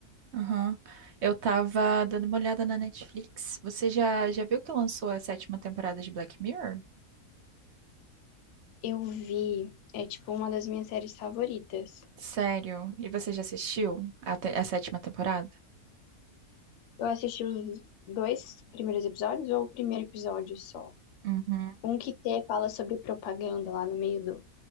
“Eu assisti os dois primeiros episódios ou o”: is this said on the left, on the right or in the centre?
Left